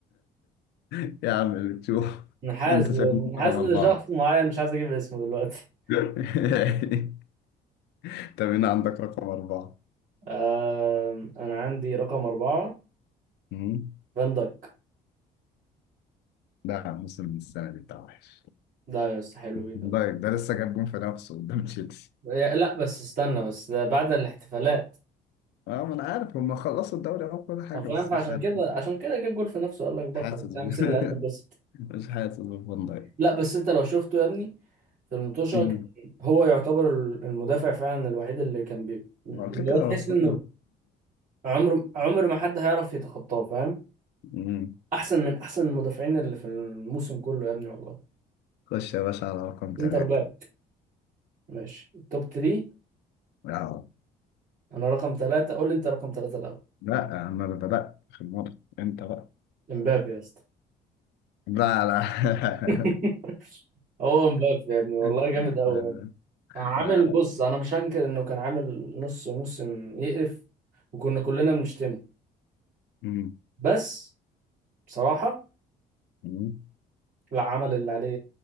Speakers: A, on the left; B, on the right.
A: <laughs> يا عم اللي تشوف
B: منحاز
A: أنت
B: منحاز
A: شايفني رقم
B: لشخص
A: أربعة
B: معين مش عايز اجيب اسمه دلوقتي
A: <laughs> طب هنا عندك رقم أربعة
B: آم، انا عندي رقم اربعة
A: مم.
B: فان دايك
A: لا موسم السنة دي بتاع وحش
B: ده يا اسطى حلو جدا
A: دايك ده لسه جاب جون في نفسه قدام تشيلسي
B: يا- لا بس استنى بس ده بعد الاحتفالات
A: اه ما انا عارف هم خلصوا الدوري او كل حاجه
B: ما فاهم
A: بس
B: فعشان
A: مش عارف
B: كده
A: مش
B: عشان كده جاب جول في نفسه قال لك بقى
A: حاسس
B: خلاص يا
A: ب-
B: عم سيب القلب بس
A: <laughs> مش حاسس بفان دايك
B: لا بس انت لو شفته يا ابني في المطوشة
A: مم.
B: كان هو يعتبر المدافع فعلا الوحيد اللي كان بي اللي
A: هو كده كده
B: هو تحس
A: هو في كل
B: انه عمر عمر ما حد هيعرف يتخطاه فاهم
A: ماتشات
B: احسن من احسن المدافعين اللي في الموسم كله يا ابني والله
A: خش يا باشا على رقم
B: سنتر
A: ثلاثة
B: باك ماشي توب 3
A: اه
B: انا رقم ثلاثة قول لي انت رقم ثلاثة الاول
A: لا انا اللي بدأت في الموضوع انت بقى
B: امبابي يا اسطى
A: لا لا
B: <laughs>
A: <laughs>
B: هو امبابي يا ابني والله
A: لا
B: جامد قوي
A: لا
B: يعني كان عامل
A: لا لا
B: بص انا مش هنكر انه كان عامل نص موسم يقرف وكنا كلنا بنشتمه
A: مم.
B: بس بصراحة
A: مم.
B: لا عمل اللي عليه